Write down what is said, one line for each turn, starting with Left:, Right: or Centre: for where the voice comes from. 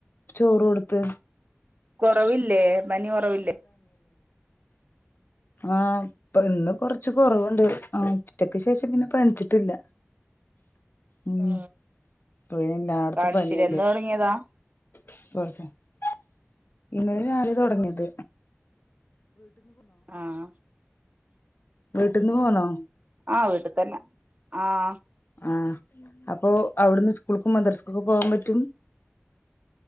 Left: ചോറ് കൊടുത്ത്.
Right: കുറവില്ലേ പനി കുറവില്ലേ?
Left: ആഹ ഇപ്പൊ ഇന്ന് കൊർ കൊറച്ച് കൊറവുണ്ട് ആ ഉച്ചക്ക് ശേഷം പിന്നെ പനിച്ചിട്ടില്ല. ഉം
Right: ആ
Left: ഇപ്പൊ പിന്നെ എല്ലാടത്തും
Right: കാണിച്ചില്ലേ?
Left: പനിയല്ലേ
Right: എന്ന് തുടങ്ങിയതാ?
Left: <inaudible> ഇന്നലെ രാവിലെ തുടങ്ങിയത്.
Right: ആഹ
Left: വീട്ടിന്ന് പോന്നോ?
Right: ആഹ് വീട്ട്തന്നെ ആഹ
Left: ആഹ അപ്പൊ അവിട്ന്ന് സ്കൂൾക്കും മദ്രസ്ക്കും പോകാൻ പറ്റും.